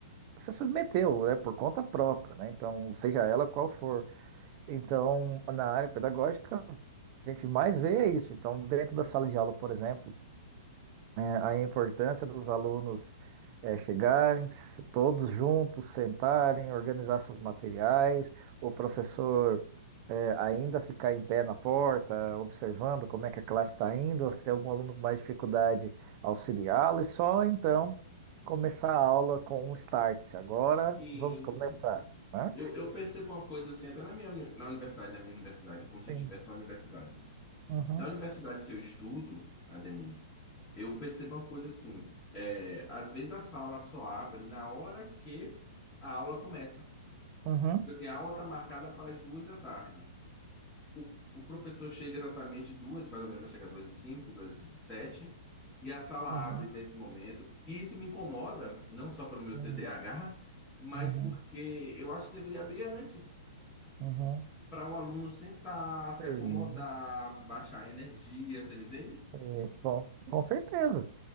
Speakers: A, on the right (about 40°); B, on the left (about 25°).
A: se submeteu, né, por conta própria, né? Então, seja ela qual for. Então, na área pedagógica, o que a gente mais vê é isso. Então, dentro da sala de aula, por exemplo, é, aí a importância dos alunos é, chegarem, s- todos juntos, sentarem, organizar seus materiais, o professor é, ainda ficar em pé na porta, observando como é que a classe está indo, se tem algum aluno com mais dificuldade, auxiliá-lo, e só então começar a aula com um start. Se Agora
B: Sim,
A: vamos começar, né?
B: eu, eu percebo uma coisa assim, até na minha uni- na universidade, na minha universidade, como se
A: Sim.
B: eu tivesse uma universidade.
A: Uhum,
B: Na universidade que eu estudo, Ademir, eu percebo uma coisa assim, é, às vezes a sala só abre na hora que a aula começa.
A: uhum,
B: Tipo Assim, a aula está marcada para as duas da tarde. O, o professor chega exatamente duas, mais ou menos vai chegar duas e cinco, duas e sete, e a sala
A: uhum,
B: abre nesse momento. E isso me incomoda, não só pelo meu
A: uhum,
B: TDAH, mas
A: uhum,
B: porque eu acho que deveria abrir antes,
A: uhum.
B: para o aluno sentar,
A: Sim,
B: se acomodar, baixar a energia, você me entende?
A: sim. Bom, com certeza.